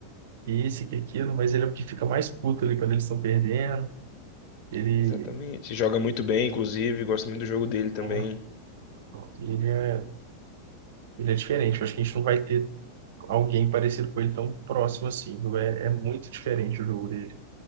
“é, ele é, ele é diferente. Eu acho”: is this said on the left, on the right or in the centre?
Right